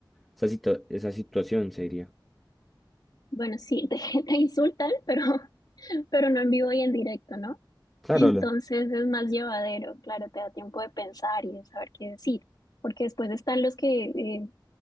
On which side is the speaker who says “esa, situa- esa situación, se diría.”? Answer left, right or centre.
Centre